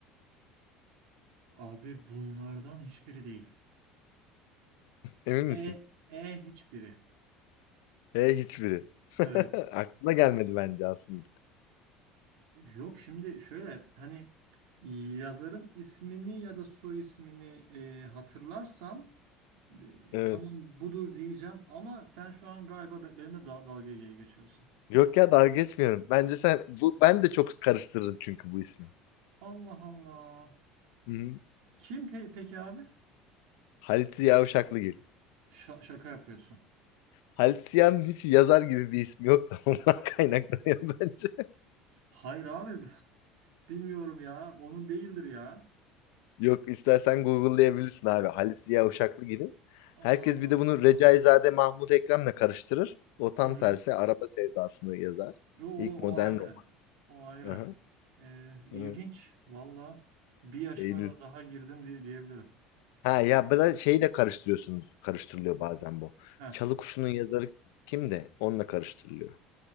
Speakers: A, on the right; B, on the left.
A: Abi bunlardan hiçbiri değil.
B: Emin misin?
A: E E hiçbiri.
B: E, hiçbiri. <laughs>
A: Evet.
B: Aklına gelmedi bence aslında.
A: Yok şimdi şöyle hani yazarın ismini ya da soy ismini e, hatırlarsam e,
B: Evet.
A: tamam budur diyeceğim ama sen şu an galiba be- benimle da dalga ge- geçiyorsun.
B: Yok ya dalga geçmiyorum. Bence sen bu ben de çok karıştırırım çünkü bu ismi.
A: Allah Allah.
B: Hı-hı.
A: Kim pe- peki abi?
B: Halit Ziya Uşaklıgil.
A: Şa- şaka yapıyorsun.
B: Halit Ziya'nın hiç yazar gibi bir ismi yok da <laughs> ondan kaynaklanıyor bence.
A: Hayır abi <laughs> bilmiyorum ya. Onun değildir ya.
B: Yok istersen Google'layabilirsin abi. Halis Ziya Uşaklı gidin.
A: Aa.
B: Herkes bir de bunu Recaizade Mahmut Ekrem'le karıştırır. O tam
A: Hı hı.
B: tersi araba sevdasını yazar.
A: Yo, O,
B: İlk modern
A: o ayrı.
B: rock.
A: O ayrı.
B: Aha,
A: Ee, ilginç.
B: evet.
A: Valla bir yaşıma
B: Eylül.
A: da daha girdim di- diyebilirim.
B: Ha ya bir de şeyle karıştırıyorsunuz. Karıştırılıyor bazen bu.
A: Heh.
B: Çalı Kuşu'nun yazarı kim de Onunla karıştırılıyor.